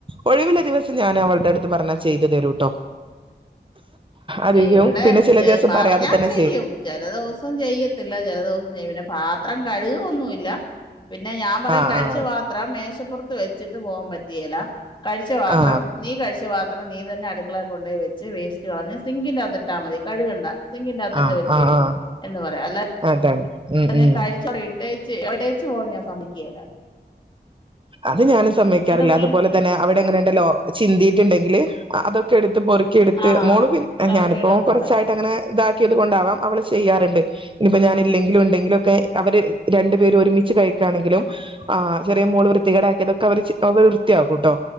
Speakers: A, on the right; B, on the left.
A: ഒഴിവില്ല ദിവസം ഞാൻ അവളുടെ അടുത്ത് പറഞ്ഞാ ചെയ്തു തരൂട്ടോ അധിക്യും
B: ഏ, ഇവിടെ
A: പിന്നെ ചില
B: ചെ-
A: ദിവസം
B: പറഞ്ഞാ
A: പറയാതെ തന്നെ
B: ചെയ്യും ചെല ദിവസം ചെയ്യത്തില്ല ചെലദിവസം ചെയ്യും പിന്നെ പാ ത്രം കഴുകൊന്നുല്ല പിന്നെ ഞാൻ പറയും
A: ആ
B: കഴിച്ച
A: ആ
B: പാത്രം മേശപ്പുർ ത്ത് വെ ച്ചിട്ട് പോവാൻ പറ്റുകേല കഴിച്ച പാത്രം
A: ആ
B: നീ കഴിച്ച പാ ത്രം നീ തന്നെ അടുക്കളേ കൊണ്ടോയി വച്ച് വേസ്റ്റ് കളഞ്ഞ് സിങ്കിന്റെകത്തിട്ടാൽ മതി കഴുകണ്ട സിങ്കിന്റെ അകത്തിട്ട്
A: ആ
B: വെച്ചേര്
A: ആ ആ
B: എന്ന് പറയാ അല്ല
A: അതാണ് ഉം
B: ഞാൻ
A: ഉം
B: കഴിച്ച കളയും ടേച്ച് ഇട്ടേച്ചു പോവാൻ ഞാൻ സമിക്കേല
A: അത് ഞാനും സമ്മയ്ക്കാറില്ല
B: പുള്ളി
A: അതുപോലെ തന്നെ അവിടെ ഇങ്ങനെണ്ടല്ലോ ചിന്തി ട്ട്ണ്ടെങ്കിൽ അതൊക്കെ എടു ത്ത് പൊറുകിയെടുത്ത്
B: ആഹ്
A: മോള് പി
B: പെറക്കിയെടുത്ത്
A: ഞാനിപ്പോ കുറച്ചായിട്ട്
B: കളയും
A: അങ്ങനെ ഇതാക്കിയത് കൊണ്ടാവാം അവള് ചെയ്യാറിണ്ട് ഇനിയിപ്പോ ഞാന് ഇല്ലെങ്കിലും ഉണ്ടെങ്കിലും ഒക്കെ അവര് രണ്ടു പേര് ഒരുമിച്ച് കഴിക്കുകയാണെങ്കിലും ആ ചെറിയ മോള് വൃ ത്തി കേടാക്കിയതൊക്കെ അവർ അവൾ വൃത്തിയാക്കുട്ടോ